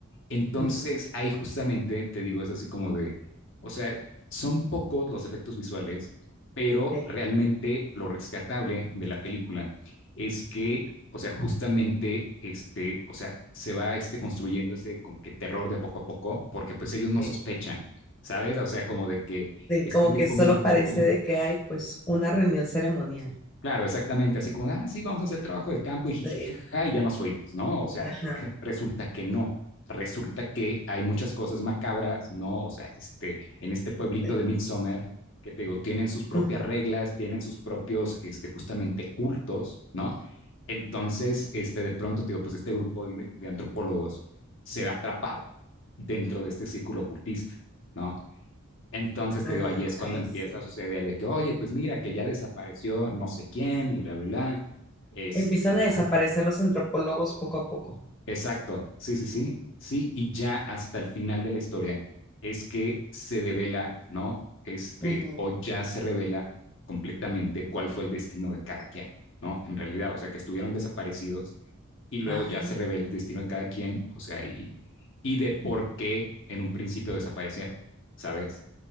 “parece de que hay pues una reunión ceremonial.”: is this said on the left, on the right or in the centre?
Left